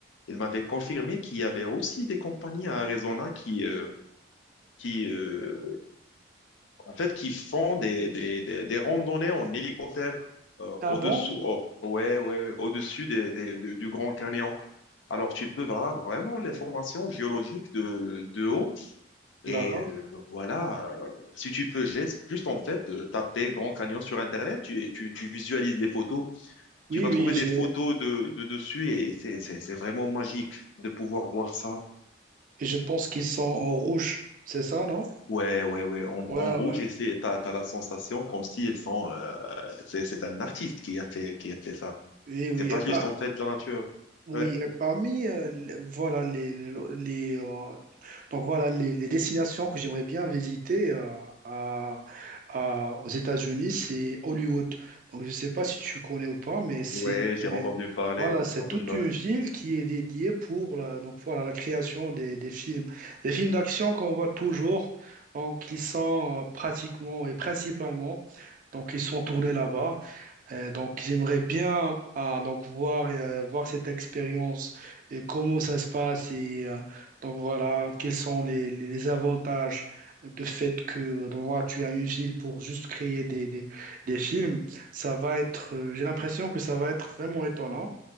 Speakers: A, on the left (about 70°); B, on the right (about 40°).
A: Il m'avait confirmé qu'il y avait aussi des compagnies à Arizona qui euh, qui euh, en fait, qui font des, des, des, des randonnées en hélicoptère euh,
B: Ah
A: au-dessous,
B: bon?
A: oh, ouais, ouais, au-dessus des, des- de- du Grand Canyon. Alors, tu peux voir vraiment les formations géologiques de, de haut. Et
B: D'accord.
A: euh, voilà, euh, si tu peux juste, juste en fait euh, taper Grand Canyon sur Internet, tu, tu, tu visualises les photos,
B: Oui,
A: tu vas
B: oui,
A: trouver
B: je,
A: des photos de, de dessus et c'est, c'est, c'est vraiment magique de pouvoir voir ça.
B: je pense qu'ils sont en rouge. C'est ça, non?
A: Ouais, ouais, ouais. En,
B: Ouais,
A: en gros,
B: ouais.
A: j'essaie, t'as, t'as la sensation comme si elles sont, euh, c'est, c'est un artiste qui a fait, qui a fait ça.
B: Oui, oui.
A: C'est pas
B: Et par,
A: juste, en fait, de la nature.
B: oui,
A: Ouais.
B: et parmi, euh, les- voilà, les, les, euh, donc voilà, les, les destinations que j'aimerais bien visiter euh, à, à- aux États-Unis, c'est Hollywood. Donc, je sais pas si tu connais ou pas, mais c'est
A: Ouais, j'ai entendu parler,
B: Voilà, c'est
A: j'ai entendu
B: toute
A: parler.
B: une ville qui est dédiée pour la, donc voilà, la création des, des films. Des films d'action qu'on voit toujours, donc ils sont euh, pratiquement et principalement, donc ils sont tournés là-bas. Euh, donc j'aimerais bien ah, donc voir, euh, voir cette expérience et comment ça se passe et euh, donc voilà, quels sont les, les- les avantages de fait que donc, voilà, tu as une ville pour juste créer des, des, des films. Ça va être, euh, j'ai l'impression que ça va être vraiment étonnant.